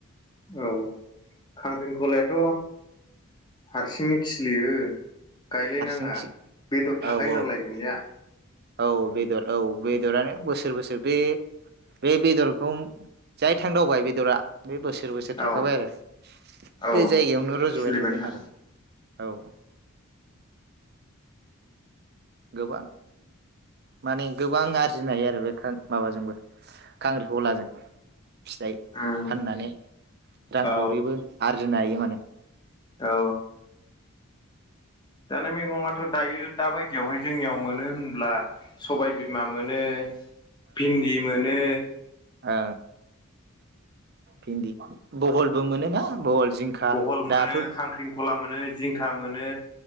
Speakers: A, on the left; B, on the right.
A: औ खांख्रिंख'लायाथ' हारसिंनि खिलियो गायलायनाङा
B: हारसिंखि
A: बेदर थाखायो
B: औ-औ-औ
A: नालाय बिनिया
B: बेदर औ बे बेदरानो बोसोर बोसोर बे-बे बेदरखौ जाय थांदावबाय बेदरा बे बोसोर बोसोर थाखाबाय
A: औ
B: आरो
A: औ
B: बे जायगायावनो रज'बाय
A: खिलिबायानो
B: थागोन आरो औ गोबां माने गोबां आरजिनाय हायो आरो बे खां माबाजोंबो खांख्रिखलाजों फिथाइ
A: उम
B: फाननानै रांखावरिबो
A: औ
B: आरज दोननो हायो माने
A: औ जानाय मैगङाथ' दायो दा बायदियावहाय जोंनियाव मोनो होनब्ला सबायबिमा मोनो भिन्दि मोनो
B: ओ भिन्दि बहलबो मोनोना बहल जिंखा
A: बहल मोनो
B: दाथ'
A: खांख्रिं खला मोनो जिंखा मोनो